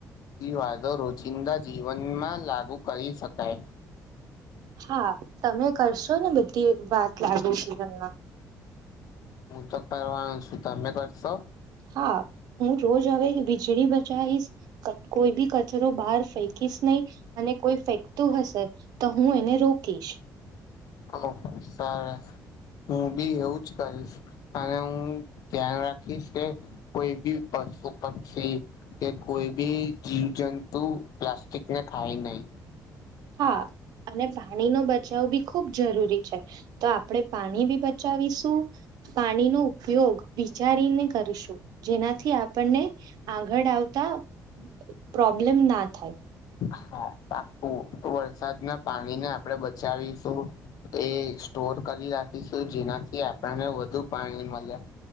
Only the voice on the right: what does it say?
હા તમે કરશો ને બધી વાત લાગે સિઝનમાં <unintelligible>
હા હું રોજ હવે વીજળી બચાવીશ, કોઈ બી કચરો બહાર ફેંકીશ ને અને કોઈ ફેંકતું હશે તો હું એને રોકીશ.
હા અને પાણી નો બચાવ બી ખુબ જરૂરી છે તો આપણેે પાણી બી બચાવીશું પાણીનો ઉપયોગ વિચારીને કરશું. જેનાથી આપણને આગળ આવતા પ્રોબ્લેમ ના થાય